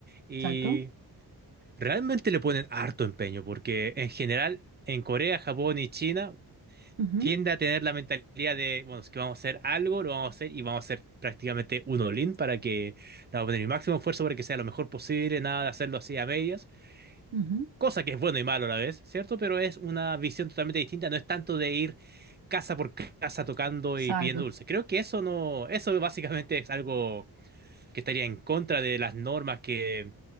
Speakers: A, on the right; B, on the right.
A: y
B: Exacto.
A: realmente le ponen harto empeño porque en general en Corea, Japón y China
B: Ujú,
A: tiende a tener la mentalidad de, bueno, es que vamos a hacer algo, lo vamos a hacer y vamos a hacer prácticamente un all para que, le vamos a poner el máximo esfuerzo para que sea lo mejor posible, nada de hacerlo así a medias
B: ujú,
A: cosa que es bueno y malo a la vez, ¿cierto? Pero es una visión totalmente distinta, no es tanto de ir casa por casa tocando
B: Exacto.
A: y pidiendo dulces. Creo que eso no, eso básicamente es algo que estaría en contra de las normas que